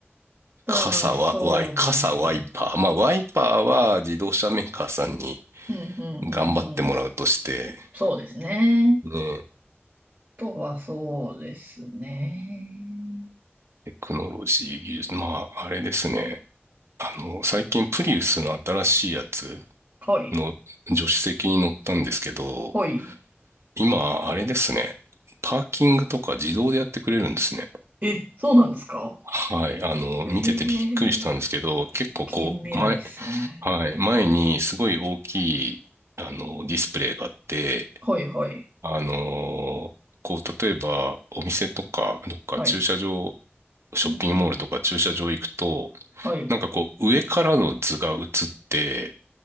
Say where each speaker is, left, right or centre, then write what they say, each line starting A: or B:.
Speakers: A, on the right; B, on the right.
A: <laughs> あとはそうですね。
B: 傘は、ワイ、傘ワイパー。まあ、ワイパーは自動車メーカーさんに
A: うんうんうんうん。
B: 頑張ってもらうとして、
A: そうですね。
B: ね、
A: あとはそうですね。
B: テクノロジー技術。まあ、あれですね。あの、最近プリウスの新しいやつ
A: はい。
B: の助手席に乗ったんですけど、
A: はい。
B: 今、あれですね。パーキングとか自動でやってくれるんですね。
A: え、そうなんですか
B: はい。あの、
A: えー、
B: 見ててびっくりしたんですけど、結構こう、
A: 近未来ですね。
B: 前、はい。前にすごい大きい、あの、ディスプレイがあって、
A: はいはい。
B: あの、こう、例えばお店とか、どっか駐車場、
A: はい。
B: ショッピングモールとか駐車場行くと、
A: うんうん。はい。
B: なんかこう、上からの図が映って、